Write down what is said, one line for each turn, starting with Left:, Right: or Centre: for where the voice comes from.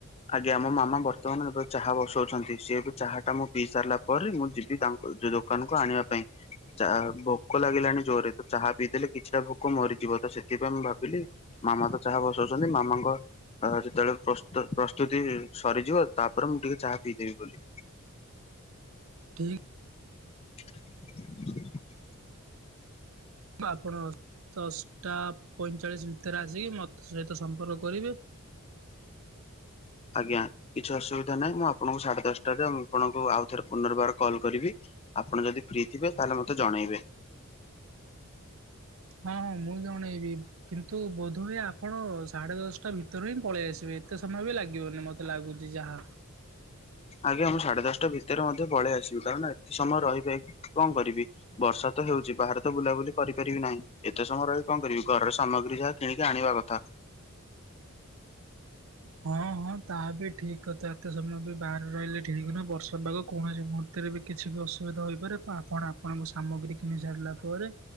Left: ଆଜ୍ଞା ମୋ ମାମା ବର୍ତ୍ତମାନ ଏବେ ଚାହା ବସଉଛନ୍ତି ସିଏ ଏବେ ଚାହା ଟା ମୁଁ ପିଇ ସାରିଲା ପରେ ମୁଁ ଯିବି ତାଙ୍କୁ ଯୋଉ ଦୋକାନ କୁ ଆଣିବା ପାଇଁ। ଚାହା ଭୋକ ଲାଗିଲାଣି ଜୋର ରେ ତ ଚାହା ପିଇଦେଲେ କିଛିଟା ଭୋକ ମରିଯିବ ତ ସେଥିପାଇଁ ମୁଁ ଭାବିଲି। ମାମା ତ ଚାହା ବସଉଛନ୍ତି ମାମାଙ୍କ ଅ ଯେତେବେଳେ ପ୍ରସ୍ତ ପ୍ରସ ପ୍ରସ୍ତୁତି ସରିଯିବ ତାପରେ ମୁଁ ଟିକେ ଚାହା ପିଇଦେବି ବୋଲି।
Right: ଠିକ
Left: <inaudible>
Right: ତ ଆପଣ ଦଶଟା ପଇଁଚାଳିଶ ଭିତରେ ଆସିକି ମତେ ସହିତ ସମ୍ପର୍କ କରିବେ।
Left: ଆଜ୍ଞା। କିଛି ଅସୁବିଧା ନାହିଁ ମୁଁ ଆପଣଙ୍କୁ ସାଢେ ଦଶଟାରେ ଆପଣଙ୍କୁ ଆଉ ଥରେ ପୁନର୍ବାର କଲ୍ କରିବି। ଆପଣ ଯଦି ଫ୍ରି ଥିବେ ତାହେଲେ ମତେ ଜଣେଇବେ।
Right: ହଁ ହଁ ମୁଁ ଜଣେଇବି କିନ୍ତୁ ବୋଧ ହୁଏ ଆପଣ ସାଢେ ଦଶଟା ଭିତ ଭିତରୁ ହିଁ ପଳେଇ ଆସିବେ ଏତେ ସମୟ ବି ଲାଗିବନି ମତେ ଲାଗୁଛି ଯାହା।
Left: ଆଜ୍ଞା ମୁଁ ସାଢେ ଦଶଟା ଭିତରେ ମଧ୍ୟ ପଳେଇ ଆସିବି କାରଣ ଏତେ ସମୟ ରହି ଯାଇକି କଣ କରିବି? ବର୍ଷା ତ ହେଉଛି ବାହାରେ ତ ବୁଲାବୁଲି କରି ପାରିବି ନାହିଁ ଏତେ ସମୟ ର କଁ କରିବି ଘର ସାମଗ୍ରୀ ଯାହା। କିଣିକି ଆଣିବା କଥା।
Right: ହଁ ହଁ ତାହା ବି ଠିକ୍ କଥା ଏତେ ସମୟ ବି ବାହାରେ ରହିଲେ ଠିକ୍ ନୁହେଁ ବର୍ଷା ପାଗ କୌଣସି ମୁହୁର ର୍ତ୍ତ ରେ ବି କିଛି ବି ଅସୁବିଧା ହେଇ ପାରେ ତ ଆପଣ ଆପଣଙ୍କ ସାମଗ୍ରୀ କିଣି ସାରିଲା ପରେ।